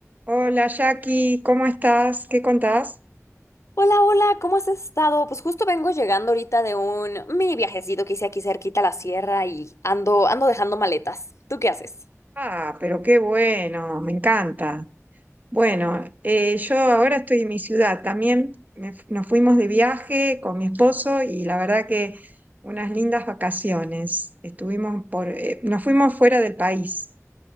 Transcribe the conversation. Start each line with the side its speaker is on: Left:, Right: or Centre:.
Right: Hola Jackie, ¿cómo estás? ¿Qué contás?
Left: Hola, hola, ¿cómo has estado? Pues justo vengo llegando ahorita de un mini viajecito que hice aquí cerquita a la sierra y ando, ando dejando maletas. ¿Tú qué haces?
Right: Ah, pero qué bueno, me encanta. Bueno, eh, yo ahora estoy en mi ciudad también. me fu- nos fuimos de viaje con mi esposo y la verdad que unas lindas vacaciones. Estuvimos por, eh, nos fuimos fuera del país